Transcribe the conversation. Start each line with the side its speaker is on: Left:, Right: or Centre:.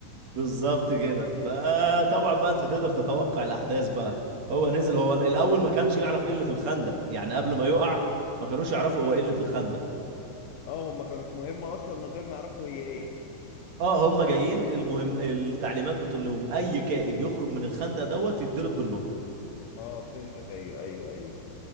Right: بالظبط كده فطبعا بقى انت تقدر تتوقع الاحداث بقى هو نزل هو الاول ما كانش يعرف ايه اللي في الخندق يعني قبل ما يقع ما كانوش يعرفوا هو ايه اللي في الخندق
Left: اه هم كانوا في مهمة اصلا من غير ما يعرفوا هي ايه
Right: اه هم جايين المهم التعليمات بتقول لهم اي كائن يخرج من الخندق دوت يتضرب بالنار
Left: اه فهمتك ايوه ايوه ايوه